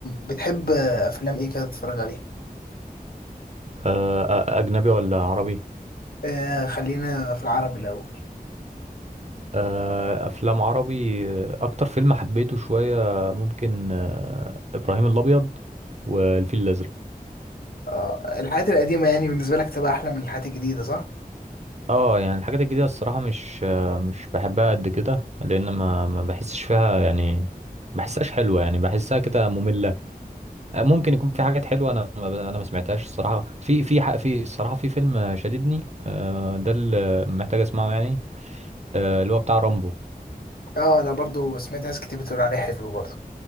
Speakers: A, on the left; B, on the right.
A: بتحب افلام ايه كده تتفرج عليها
B: آه، آه، أجنبي ولا عربي
A: آه خلينا في العربي الاول
B: آه، أفلام عربي آه، أكتر فيلم حبيته شوية ممكن آه، إبراهيم الأبيض والفيل الأزرق
A: آه الحاجات القديمه يعني بالنسبه لك تبقى احلى من الحاجات الجديده صح
B: اه يعني الحاجات الجديدة الصراحة مش آه، مش بحبها قد كده لأن ما ما بحسش فيها يعني بحسهاش حلوة يعني بحسها كده مملة آه، ممكن يكون في حاجات حلوة أنا ما ب- أنا ما سمعتهاش الصراحة في في ح- في الصراحة في فيلم شددني آه، ده اللي محتاج أسمعه يعني آه، اللي هو بتاع رامبو
A: اه انا برضو سمعت ناس كتير بتقول عليه حلو برضو